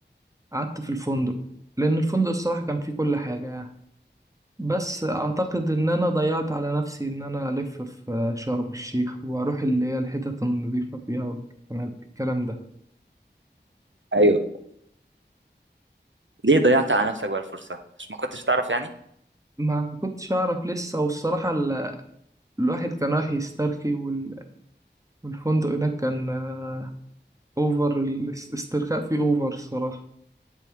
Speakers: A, on the right; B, on the right.
A: قعدت في الفندق لان الفندق الصراحة كان فيه كل حاجة يعني بس اعتقد ان انا ضيعت على نفسي ان انا الف في آه، شرم الشيخ واروح اللي هي الحتت النظيفة فيها والكلام الكلام ده
B: ايوه ليه ضيعت على نفسك بقى الفرصه عشان ما كنتش تعرف يعني
A: ما كنتش أعرف لسه والصراحة ال- الواحد كان رايح يسترخي وال- والفندق هناك كان آه، أوفر الاسترخاء فيه أوفر الصراحة